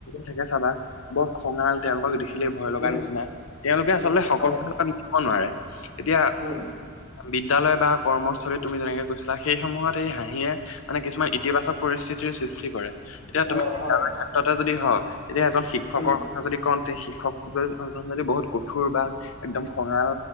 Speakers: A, on the left; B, on the left.
A: থাকে চাবা বৰ খঙাল তেওঁলোকক দেখিলে ভয় লগা
B: উম,
A: নিচিনা তেওঁলোকে
B: উম,
A: আচলতে সকলো
B: হয়,
A: ক নিব নোৱাৰে। এতিয়া
B: উম,
A: বিদ্যালয় বা কৰ্মস্থলীত তুমি যেনেকে কৈছিলা সেইসমূহত এই হাঁহিয়ে মানে কিছুমান ইতিবাচক পৰিস্থিতিৰ সৃষ্টি কৰে। এতিয়া তুমি
B: অ,
A: বিদ্যালয়ৰ
B: হয়,
A: ক্ষেত্ৰতে যদি হওক এতিয়া এজন শিক্ষকৰ
B: উম,
A: যদি কওঁতে শিক্ষকজন যদি বহুত কঠোৰ বা একদম খঙাল